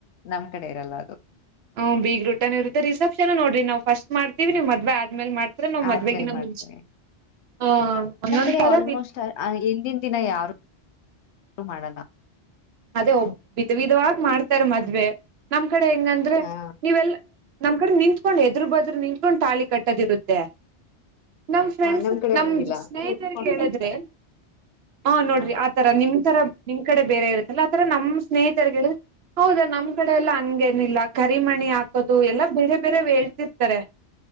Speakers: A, on the left; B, on the right.
A: ನಮ್ ಕಡೆ ಇರಲ್ಲ ಅದು
B: ಹ ಬೀಗ್ರೂಟ ನು ಇರುತ್ತೆ ರಿಸೆಪ್ಷನ್ ನೋಡ್ರಿ ನಾವು ಫಸ್ಟ್ ಮಾಡ್ತೀವಿ ನೀವ್ ಮದ್ವೆ ಆದ್ಮೇಲೆ ಮಾಡ್ತೀರಾ ನಾವ್
A: ಆದ್ಮೇಲ್
B: ಮದ್ವೆಗಿನ್ನಾ
A: ಮಾಡ್ತೀನಿ
B: ಮುಂಚೆ ಹ ಒಂದೊಂದ್
A: ನಮ್ ಕಡೆ
B: ತರ
A: ಆಲ್ಮೋಸ್ಟ್ ಹಿಂದಿನ ದಿನ ಯಾರು <unintelligible> ಮಾಡಲ್ಲ
B: ಅದೇ ಒಬ್ ವಿಧ ವಿಧವಾಗಿ ಮಾಡ್ತಾರ ಮದ್ವೆ ನಮ್ ಕಡೆ ಹೆಂಗಂದ್ರೆ
A: ಹಾ
B: ನೀವೆಲ್ಲ ನಮ್ ಕಡೆ ನಿಂತ್ಕೊಂಡ್ ಎದರು ಬದುರು ನಿಂತ್ಕೊಂಡ್ ತಾಳಿ ಕಟ್ಟದಿರುತ್ತೆ ನಮ್ ಫ್ರೆಂಡ್ಸ್
A: ಹ ಕಡೆ
B: ನಮ್
A: ಹಂಗಿಲ್ಲ
B: ಸ್ನೇಹಿತರಿಗೆ
A: ಕುತ್ಕೊಂಡ್
B: ಹೇಳಿದ್ರೆ
A: ಕಟ್ತಾರೆ
B: ಹಾ ನೋಡ್ರಿ
A: ಹ
B: ಆತರ ನಿಮ್ ತರ ನಿಮ್ ಕಡೆ ಬೇರೆ ಇರುತ್ತ ಆತರ ನಮ್ ಸ್ನೇಹಿತ <unintelligible> ಹೌದಾ ನಮ್ ಕಡೆ ಎಲ್ಲಾ ಹಂಗೇನಿಲ್ಲ ಕರಿಮಣಿ ಹಾಕೋದು ಎಲ್ಲಾ ಬೇರೆ ಬೇರೆವ್ ಹೇಳ್ತಿರ್ತಾರೆ